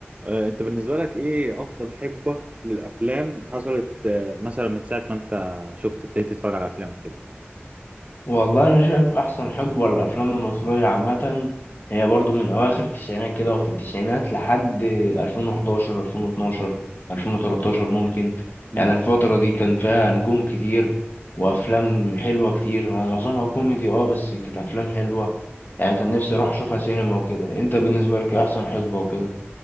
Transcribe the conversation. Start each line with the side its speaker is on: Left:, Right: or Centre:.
Right: آه، انت بالنسبة لك ايه افضل حقبة للافلام حصلت آه، مثلا من ساعة ما انت شفت ابتديت تتفرج على افلام كده
Left: والله أنا شايف أحسن حقبة للأفلام المصرية عامة هي برضو من أواخر التسعينات كده وفي التسعينات لحد 2011 2012 2013 ممكن
Right: امم
Left: يعني الفترة دي كان فيها نجوم كتير وأفلام حلوة كتير هو معظمها كوميدي أه بس كانت أفلام حلوة يعني كان نفسي أروح أشوفها سينما وكده أنت بالنسبة لك إيه أحسن حقبة وكده